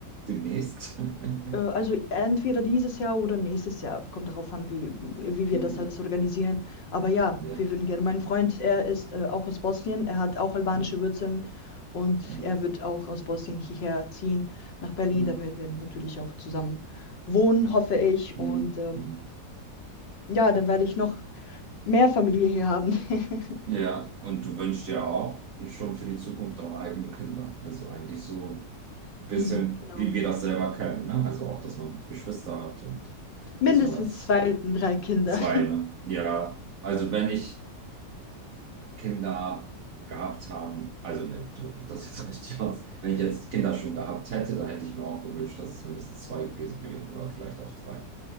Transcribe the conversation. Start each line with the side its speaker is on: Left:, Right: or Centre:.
Right: demnächst. <laughs>
Left: Äh, Also entweder dieses Jahr oder nächstes Jahr, kommt darauf an, wie, wie
Right: Mhm.
Left: wir das alles organisieren. Aber ja,
Right: Ja.
Left: wir würden gerne. Mein Freund, er ist äh, auch aus Bosnien, er hat auch albanische
Right: Mhm.
Left: Wurzeln und
Right: Mhm.
Left: er wird auch aus Bosnien hierher ziehen nach Berlin.
Right: Mhm.
Left: Dann werden wir natürlich auch zusammen wohnen, hoffe ich.
Right: Mhm.
Left: Und ähm,
Right: Mhm.
Left: ja, dann werde ich noch mehr Familie hier haben. <laughs>
Right: Ja, und du wünschst dir auch schon für die Zukunft auch eigene Kinder. Also eigentlich so ein bisschen,
Left: Mm, Genau.
Right: wie wir das selber kennen, ne? Also auch, dass man Geschwister hat und
Left: Mindestens
Right: dass man als
Left: zwei, drei Kinder.
Right: zwei, ne? Ja, also wenn ich. Kinder gehabt haben, also ne, drücke ich das jetzt <laughs> richtig aus. Wenn ich jetzt Kinder schon gehabt hätte, dann hätte ich mir auch gewünscht, dass es mindestens zwei gewesen wären oder vielleicht auch drei.